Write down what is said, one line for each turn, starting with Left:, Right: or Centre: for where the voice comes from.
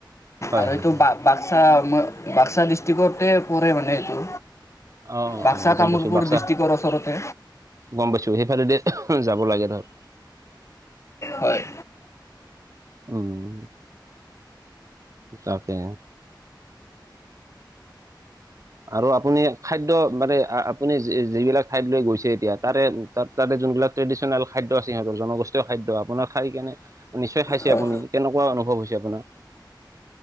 Right: হয়
Left: আৰু এইটো
Right: হয় হয়
Left: বাপ বাক্সা, বাক্সা ডিষ্ট্ৰিকতে পৰে মানে এইটো।
Right: অ,
Left: বাক্সা
Right: অ, অ।
Left: কামৰূপৰ
Right: গম পাইছো। বাক্সা
Left: ডিষ্ট্ৰিক্টৰ ওচৰতে
Right: গম পাইছো, সেইফালেদি যাব লাগে ধৰ।
Left: হয়।
Right: উম, তাকে। আৰু আপুনি খাদ্য, মানে আপুনি যিবিলাক ঠাইত লৈ গৈছে এতিয়া, তাৰে তাত, তাতে যোনবিলাক ট্ৰেডিচনেল খাদ্য আছে সিহঁতৰ, জনগোষ্ঠীয় খাদ্য, আপোনাৰ খাই কেনে নিশ্চয় খাইছে
Left: হয়
Right: আপুনি, কেনেকুৱা অনুভৱ হৈছে আপোনাৰ?